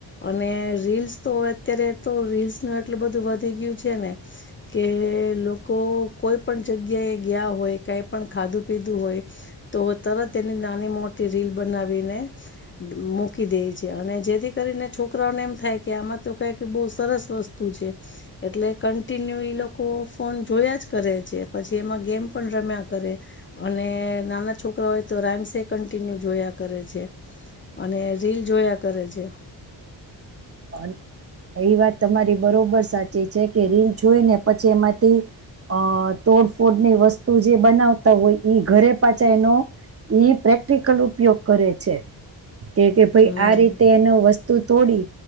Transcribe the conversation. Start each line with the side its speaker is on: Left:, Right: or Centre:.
Left: અને રીલ્સ તો અત્યારે તો રીલ્સ નું એટલું બધું વધી ગયું છે ને કે કે લોકો કોઈ પણ જગ્યા એ ગયા હોય કઈ પણ ખાધું પીધું હોય. તો તરત તેની નાની મોટી રીલ બનાવીને મૂકી દે છે. અને જેથી કરીને છોકરા એમ થાય કે આમાં તો કઈ બવ સરસ વસ્તુ છે. એટલે કનટીન્યુ એલોકો ફોન જોયા જ કરે છે. પછી એમાં ગેમ પણ રમ્યા કરે. અને નાના છોકરા હોય તો રાઇમ્સે કન્ટિન્યુ જોયા કરે છે. અને રીલ જોયા કરે છે.
Right: આન એ વાત તમારી બરોબર સાચી છે કે રીલ જોઈને પછી એમાંથી અહ તોડફોડની વસ્તુ જે બનાવતા હોય ઈ ઘરે પાછા એનો ઈ પ્રેક્ટિકલ ઉપયોગ કરે છે. કે કે ભાઈ
Left: હમ
Right: આ રીતે એનો વસ્તુ તોડી